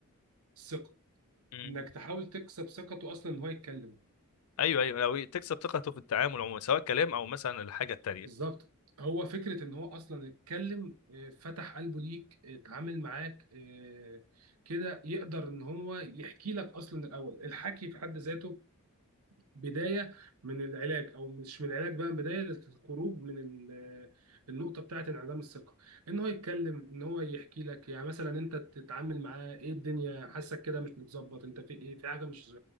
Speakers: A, on the right; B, on the left.
A: الثقة
B: مم.
A: إنك تحاول تكسب ثقته أصلا إن هو يتكلم
B: ايوه ايوه لو تكسب ثقته في التعامل عموما سواء كلام او مثلا الحاجة التانية
A: بالظبط هو فكرة إن هو أصلا يتكلم آه، فتح قلبه ليك آه، اتعامل معاك آه، كده يقدر إن هو يحكي لك أصلا الأول الحكي في حد ذاته بدايه من العلاج او مش من العلاج بقى بدايه للخروج من ال- آه، النقطه بتاعه انعدام الثقه ان هو يتكلم ان هو يحكي لك يعني مثلا انت تتعامل معاه ايه الدنيا حاسك كده مش متظبط انت في ايه في حاجه مش